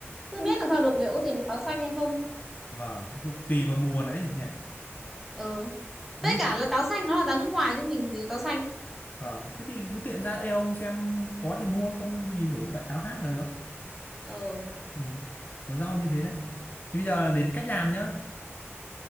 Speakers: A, in the centre; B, on the left.
A: chứ biết là sao được liệu có tìm được táo xanh hay không
B: vâng thì tùy vào mùa nữa ấy nhỉ
A: ừ
B: thế,
A: với cả là táo xanh nó là táo nước ngoài chứ mình gì có táo xanh
B: vâng. thế thì cứ tiện ra eo ông xem có thì mua không thì đổi loại táo khác là được
A: ừ
B: ừ. có rau như thế đấy thì bây giờ đến cách làm nhá